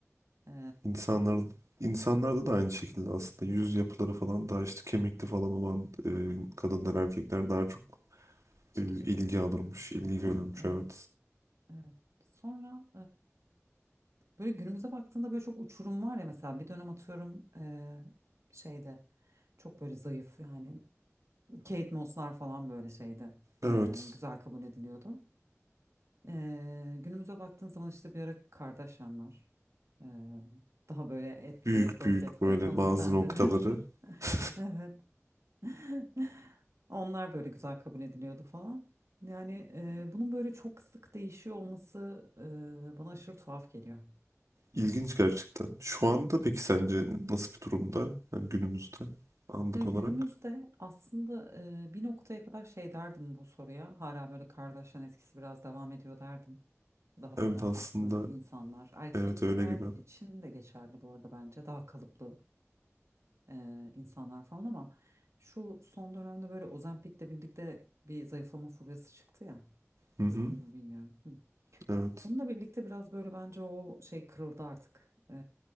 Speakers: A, on the right (about 70°); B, on the right (about 80°).
A: e,
B: İnsanlar insanlarda da aynı şekilde aslında yüz yapıları falan daha işte kemikli falan olan e, kadınlar erkekler daha çok
A: çekici
B: e, ilgi
A: bulunuyor
B: alırmış,
A: değil mi?
B: ilgi görürmüş
A: Evet.
B: evet.
A: Evet. Sonra e, böyle günümüze baktığında böyle çok uçurum var ya mesela bir dönem atıyorum e, şeyde çok böyle zayıf yani Kate Moss'lar falan böyle şeyde
B: Evet.
A: e, güzel kabul ediliyordu. E, günümüze baktığın zaman işte bir ara Kardashian'lar e, daha böyle etli
B: Büyük
A: balık
B: büyük
A: etli
B: böyle
A: hanımefendiler
B: bazı noktaları
A: <laughs>
B: <laughs>
A: evet <laughs> Onlar böyle güzel kabul ediliyordu falan. Yani e, bunun böyle çok sık değişiyor olması e, bana aşırı tuhaf geliyor.
B: ilginç gerçekten. Şu anda peki sence nasıl bir durumda? Hani günümüzde anlık
A: Ya günümüzde
B: olarak.
A: aslında e, bir noktaya kadar şey derdim bu soruya. Hala böyle kardeşlerin etkisi biraz devam ediyor derdim. Daha
B: Evet
A: böyle hatlı
B: aslında
A: insanlar, erkekler
B: evet öyle gibi.
A: için de geçerli bu arada bence. Daha kalıplı e, insanlar falan ama şu son dönemde böyle Ozempic'le birlikte bir zayıflama furyası çıktı ya.
B: Hı hı.
A: Duydun mu bilmiyorum. Hı.
B: Evet.
A: Onunla birlikte biraz böyle bence o şey kırıldı artık. Ee,